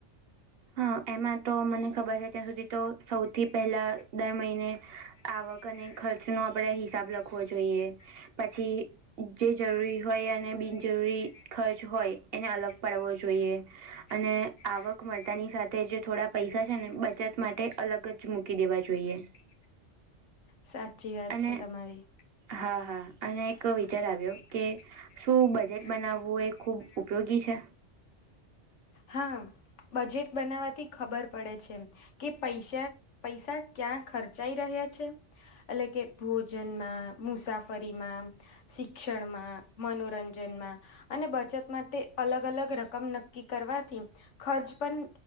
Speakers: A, on the right; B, on the left.
A: હા એમાં તો મને ખબર
B: હા
A: છે ત્યાં
B: મને
A: સુધી તો
B: ખબર નથી
A: સૌથી
B: સુધી
A: પહેલા
B: તો સૌથી
A: દર મહિને
B: પહેલા દર મહિને
A: આવક અને ખર્ચ
B: આવક
A: નો આપડે
B: અને
A: એક હિસાબ
B: ખર્ચનો
A: રાખવો
B: આપણે
A: જોઈએ
B: હિસાબ રાખવો જોઈએ
A: પછી જે જરૂરી હોય અને
B: જરૂરી
A: બિનજરૂરી
B: હોય અને બિનજરૂરી
A: ખર્ચ હોય એને
B: ખર્ચ
A: અલગ
B: હોય
A: પાડવો જોઈએ.
B: એને અલગ કરવો જોઈએ
A: અને આવક
B: અને
A: માટે માતાની સાથે
B: આવક
A: જે
B: વધતાની
A: થોડા પૈસા
B: સાથે
A: છે
B: જે
A: ને
B: થોડા
A: બચત
B: પૈસા
A: માટે
B: છે ને
A: અલગ
B: બચત
A: જ
B: માટે
A: મૂકી
B: અલગ
A: દેવા જોઈએ.
B: જ મૂકી સાચી વાત
A: અને
B: છે તમારી.
A: હા હા અને
B: હા
A: એક
B: હા
A: વિચાર આવ્યો
B: અને એક
A: કે
B: વિચાર આવ્યો
A: શું
B: કે
A: બજેટ બનાવવું એ
B: બજેટ
A: ખુબ
B: બનાવવું
A: ઉપયોગી
B: એ
A: છે.
B: હા બજેટ બનાવાથી ખબર પડે છે. કે પૈસા પૈસા ક્યાં ખર્ચાઈ રહ્યા છે. એટલે કે ભોજનમાં મુસાફરીમાં શિક્ષણમાં મનોરંજનમાં અને બચત માટે અલગ અલગ રકમ નક્કી કરવાથી ખર્ચ પણ